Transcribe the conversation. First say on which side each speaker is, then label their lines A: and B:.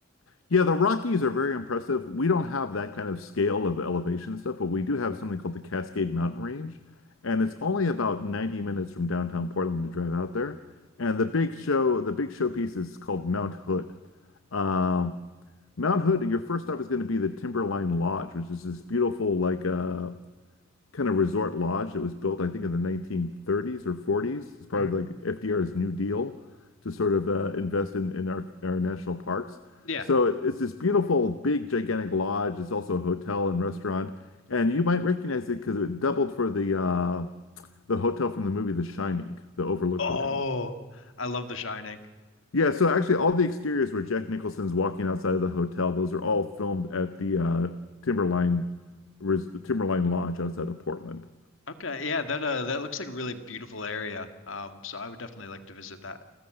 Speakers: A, on the left (about 85°); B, on the left (about 70°).
A: Yeah, the Rockies are very impressive. We don't have that kind of scale of elevation stuff, but we do have something called the Cascade Mountain Range, and it's only about 90 minutes from downtown Portland to drive out there. And the big show, the big showpiece is called Mount Hood. Um Mount Hood, your first stop is going to be the Timberline Lodge, which is this beautiful like uh, kind of resort lodge that was built, I think, in the 1930s or 40s as part
B: Mhm.
A: of like FDR's New Deal to sort of uh, invest in, in our, our national parks.
B: yeah.
A: So it's this beautiful, big, gigantic lodge. It's also a hotel and restaurant. And you might recognize it because it doubled for the uh, the hotel from the movie The Shining, the Overlook
B: Oh,
A: Hotel.
B: I love The Shining.
A: Yeah, so actually, all the exteriors where Jack Nicholson's walking outside of the hotel, those are all filmed at the uh, Timberline Res- Timberline Lodge outside of Portland.
B: Okay, yeah, that uh that looks like a really beautiful area. Um, so I would definitely like to visit that.